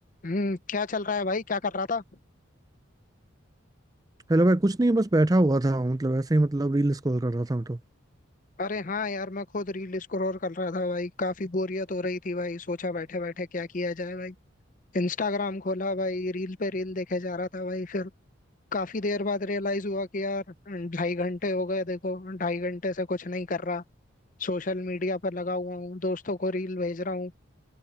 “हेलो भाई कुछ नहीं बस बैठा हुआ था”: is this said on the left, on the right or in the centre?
Right